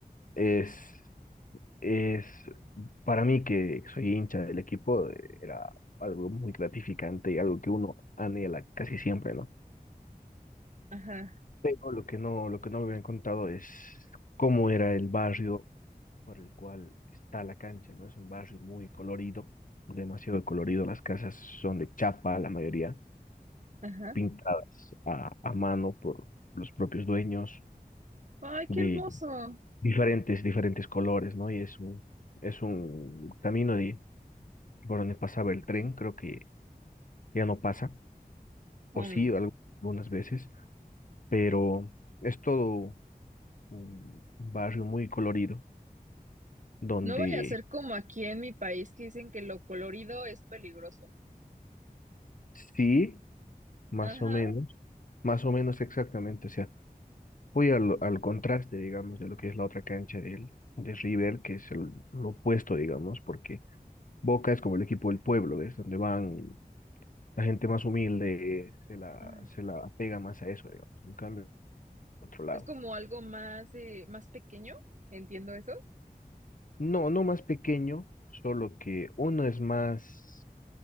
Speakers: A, on the left; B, on the right.
A: es, es para mí que soy hincha del equipo, eh, era algo muy gratificante y algo que uno anhela casi siempre, ¿no?
B: Ajá,
A: No, Lo que no, lo que no me habían contado es cómo era el barrio por el cual está la cancha, ¿no? Es un barrio muy colorido, demasiado colorido. Las casas son de chapa, la mayoría,
B: ajá,
A: pintadas a, a mano por los propios dueños
B: ay,
A: de
B: qué hermoso.
A: diferentes, diferentes colores, ¿no? Y es un, es un camino de, por donde pasaba el tren, creo que ya no pasa,
B: Mm.
A: o sí, al- algunas veces, pero es todo un un barrio muy colorido donde
B: No vaya a ser como aquí en mi país que dicen que lo colorido es peligroso.
A: Sí, más
B: Ajá,
A: o menos, más o menos exactamente. O sea, voy al, al contraste, digamos, de lo que es la otra cancha del, de River, que es el, lo opuesto, digamos, porque Boca es como el equipo del pueblo, ¿ves? Donde van la gente más humilde, se la,
B: ah.
A: se la apega más a eso, digamos. En cambio, otro lado.
B: Es como algo más, eh, más pequeño, entiendo eso,
A: No, no más pequeño, solo que uno es más.